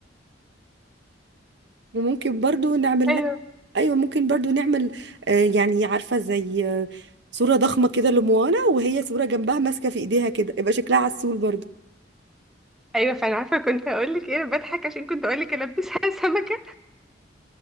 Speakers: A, on the right; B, in the centre.
A: وممكن برضو نعمل
B: ايوه
A: لها ايوه ممكن برضو نعمل آه يعني عارفة زي آه صورة ضخمة كده لموانا وهي صورة جنبها ماسكة في ايديها كده يبقى شكلها عسول برضو
B: ايوه فانا عارفه كنت هقول لك ايه أنا بضحك عشان كنت اقول لك البسها <laughs> سمكه